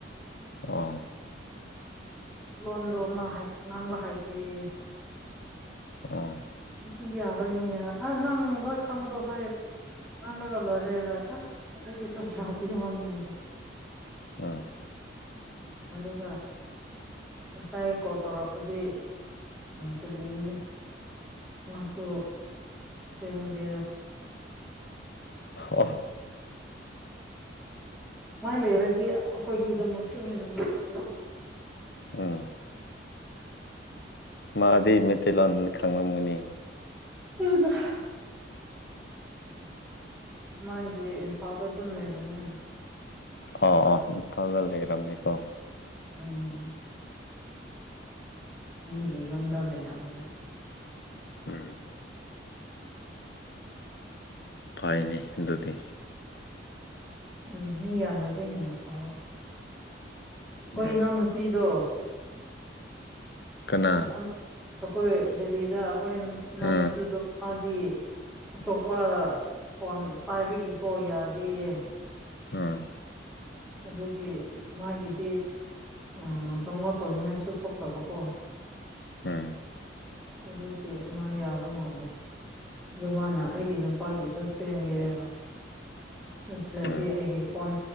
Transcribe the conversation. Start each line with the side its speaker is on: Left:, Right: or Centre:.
Left: ꯑꯥ
Centre: ꯂꯣꯟꯗꯣ ꯃꯥ ꯍꯥꯏ ꯉꯥꯡꯕ ꯍꯥꯏꯗꯤꯦ
Left: ꯑ
Centre: ꯁꯤꯇꯤ ꯌꯥꯔꯣꯏꯅꯦꯔ ꯑ ꯅꯪ ꯂꯣꯏ ꯈꯪꯕꯗꯣ ꯍꯥꯏ ꯑꯔꯒ ꯂꯔ ꯑꯁ ꯑꯩꯒꯤꯇ ꯂꯗꯤ ꯃꯅꯦ ꯍꯥꯏꯕꯣ
Left: ꯑꯝ
Centre: ꯑꯒ ꯉꯁꯥꯏ ꯀꯣꯜ ꯇꯧꯔꯛꯄꯗꯤ ꯇꯤꯜꯂꯤꯉꯤꯅꯦ ꯃꯥꯁꯨ ꯁꯦꯝꯒꯦ
Left: ꯍ ꯑꯣ
Centre: ꯃꯣꯏ ꯂꯩꯔꯗꯤ ꯑꯩꯈꯣꯏꯒꯤꯗꯃꯁꯨ ꯍꯦꯟꯅ ꯅꯨꯡꯉꯥꯏꯔꯗꯤ
Left: ꯎꯝ ꯃꯥꯗꯤ ꯃꯩꯇꯩꯂꯣꯟ ꯈꯪꯂꯝꯒꯅꯤ
Centre: ꯎꯗ ꯃꯥꯏꯗꯤ ꯏꯝꯐꯥꯜꯗ ꯑꯗꯨꯝ ꯂꯩꯕꯅꯤꯅ
Left: ꯑꯥ ꯑꯥ ꯅꯗ ꯂꯩꯔꯅꯤꯀꯣ
Centre: ꯎꯝ ꯃꯤꯒꯤ ꯌꯨꯝꯗ ꯂꯩꯔꯝꯕꯅꯦ
Left: ꯎꯝ ꯐꯩꯅꯤ ꯑꯗꯨꯗꯤ
Centre: ꯎꯝ ꯃꯤ ꯌꯥꯝꯅꯗꯤ ꯍꯦꯟꯅ ꯐꯥꯎꯕ ꯑꯩꯈꯣꯏ
Left: ꯎꯝ
Centre: ꯏꯅꯥꯎꯅꯨꯄꯤꯗꯣ
Left: ꯀꯅꯥ
Centre: ꯑꯩꯈꯣꯏ ꯗꯦꯜꯂꯤꯗ ꯑꯩꯈꯣꯏ ꯏꯅꯥꯎꯅꯨꯄꯤꯗꯣ
Left: ꯎꯝ
Centre: ꯃꯥꯗꯤ ꯑꯇꯣꯞꯄ ꯐꯣꯟ ꯄꯥꯏꯕꯒꯤꯀꯣ ꯌꯥꯗꯦꯌꯦ
Left: ꯍꯥꯥ
Centre: ꯑꯗꯨꯒꯤ ꯃꯥꯒꯤꯗꯤ ꯎ ꯑꯗꯨꯣꯉꯣ ꯇꯧꯅꯤꯡꯉꯥꯏꯁꯨ ꯊꯣꯛꯇꯕꯀꯣ
Left: ꯎꯝ
Centre: ꯑꯗꯨꯒꯤ ꯃꯥ ꯌꯥꯗꯧ ꯃꯥꯟꯂꯦ ꯑꯗꯨ ꯃꯥꯅ ꯑꯩꯒꯤ
Left: ꯎꯝ
Centre: ꯅꯨ ꯅꯨꯄꯥꯒꯤꯗ ꯁꯦꯝꯒꯦꯕ ꯅꯠꯇ꯭ꯔꯗꯤ
Left: ꯎꯝ
Centre: ꯑꯩꯒꯤ ꯐꯣꯟ